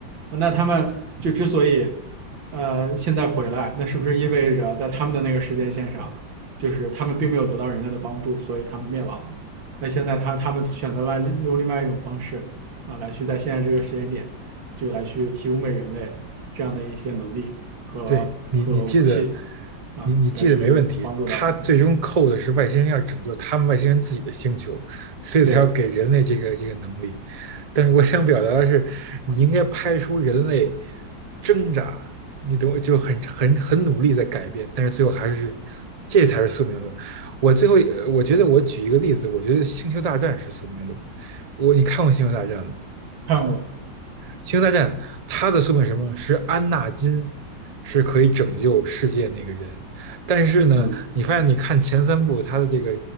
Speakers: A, on the right; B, on the right.
A: 那他们就之所以呃现在回来，那是不是意味着在他们的那个时间线上，就是他们并没有得到人类的帮助，所以他们灭亡了那现在他他们选择了用另外一种方式啊，来去在现在这个时间点，就来去提供给人类这样的一些能力和和武器
B: 对你你记得，
A: 啊，
B: 你你记得没问题。
A: 来去帮助到他。
B: 他最终扣的是外星人要拯救他们外星人自己的星球，所以才要给人类这个这个能力。
A: 对，
B: 但是我想表达的是，你应该拍出人类挣扎，你懂我就很很很努力在改变，但是最后还是，这才是宿命论。我最后呃我觉得我举一个例子，我觉得《星球大战》是宿命论。我你看过《星球大战》吗？
A: 看过，
B: 星球大战它的宿命是什么？是安纳金是可以拯救世界那个人，但是呢，
A: 嗯，
B: 你发现你看前三部他的这个